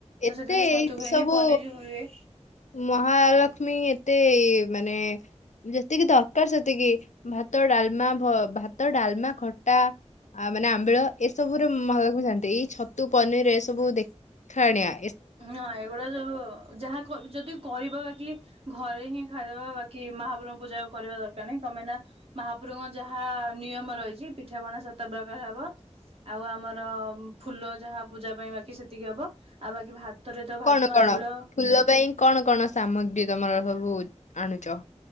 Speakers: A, on the right; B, on the left.
A: ତ
B: ଏତେ
A: ସେଥିପାଇଁ
B: ଏଇଠି
A: ଛତୁ ହୁଏନି
B: <inaudible> ସବୁ
A: ପନିର ହୁଏ
B: ମହାଲକ୍ଷ୍ମୀ ଏତେ ମାନେ ଯେତିକି ଦରକାର ସେତିକି ଭାତ ଡାଲମା ଭ ଭାତ, ଡାଲମା, ଖଟା ମାନେ, ଆମ୍ବିଳ ଏସବୁରେ ମନ ଶାନ୍ତି। ଏଇ ଛତୁ ପନିର ଏ ସବୁ ଦେ ଦେଖାଣିଆ।
A: ନୂଅଁ ଏଗୁଡା ସବୁ ଯାହା କହି ଯଦି କଇବା ବାକି ଘରେ ହିଁ ଖାଇଦବ ବାକି ମହାପ୍ରଭୁଙ୍କ ପୂଜା କରିବା ଦରକାର ନାଇଁ। କଣ ପାଇଁ ନା ମହାପ୍ରଭୁଙ୍କ ଯାହା ନିୟମ ରହିଚି ପିଠାପଣା ସେତେ ପ୍ରକାର ହବ। ଆଉ ଆମର ଫୁଲ ଯାହା ପୂଜା ପାଇଁ ବାକି ସେତିକି ହବ। ଆଉ ବାକି ଭା ଭାତରେ ତ ଭାତ
B: କଣ କଣ
A: ଆମ୍ବିଳ
B: ଫୁଲ ପାଇଁ କଣ କଣ ସାମଗ୍ରୀ ତମର ସବୁ <inaudible> ଆଣୁଚ।